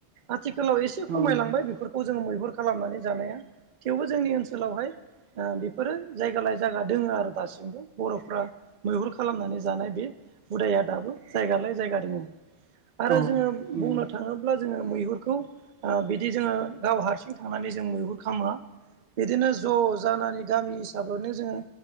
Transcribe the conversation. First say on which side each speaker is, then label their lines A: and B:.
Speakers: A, on the right; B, on the right.
A: आथिखालाव एसे
B: औ
A: खमायलांबाय बेफोर खौ जोङो मैहुर खालामनानै जानाया थेवबो जोंनि ओनसोलावहाय ओ बेफोरो जायगा लायै जायगा दोङो आरो दासिमबो बर'फ्रा मैहुर खालामनानै जानाय बे हुदाया दाबो जायगा लाय जायगा दोङो। आरो
B: औ
A: जोङो
B: नंगौ
A: बुंनो थाङोब्ला जोङो मैहुरखौ ओ बिदि जोङो गाव हारसिं थांनानै जों मैहुर खामा। बिदिनो ज' जानानै गामि हिसाबावनो जोङो